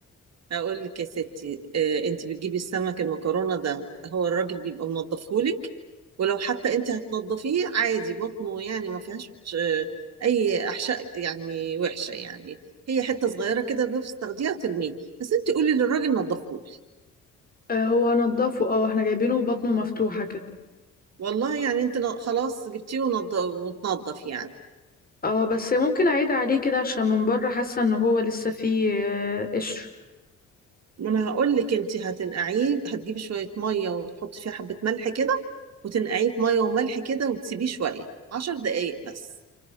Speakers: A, on the right; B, on the left.
A: اقول لك يا ستي آه، انت بتجيبي السمك المكرونه ده هو الراجل بيبقى منضفهولك ولو حتى انت هتنضفيه عادي بطنه يعني ما فيهاش آه، اي احشاء يعني وحشه يعني هي حته صغيره كده بس تاخديها ترميه بس انت قولي للراجل نضفهولي
B: آه هو نضفه اه احنا جايبينه بطنه مفتوحه كده
A: والله يعني انت ن- خلاص جبتيه ونض- وتنضف يعني
B: اه بس ممكن اعيد عليه كده عشان من بره حاسه ان هو لسه فيه آه، قشر
A: ما انا هقول لك انت هتنقعيه هتجيبي شويه ميه وتحطي فيها حبه ملح كده وتنقعيه في ميه وملح كده وتسيبيه شويه عشر دقايق بس